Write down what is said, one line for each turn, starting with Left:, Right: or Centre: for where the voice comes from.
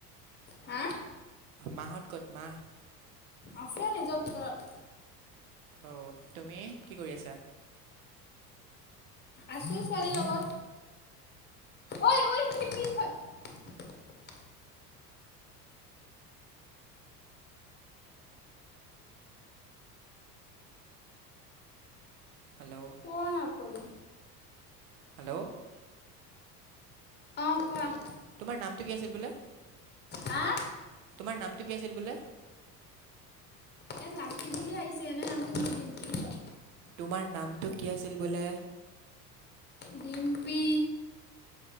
Left: হাঁ?
Right: মাহত কট মা?
Left: আছে নিজৰ ভিতৰত
Right: অ', তুমি কি কৰি আছা?
Left: আছোঁ ছোৱালী লগত। ঐ ঐ <unintelligible>
Right: হেল্ল'
Left: পৰ না পোৱালি।
Right: হেল্ল'।
Left: অ', কোৱা।
Right: তোমাৰ নামটো কি আছিল বোলে?
Left: হাঁ।
Right: তোমাৰ নামটো কি আছিল বোলে?
Left: ইয়াত লাকি বুলি আহিছে এনে নামটো মই দিমপি হয়।
Right: তোমাৰ নামটো কি আছিল বোলে?
Left: ডিম্পি।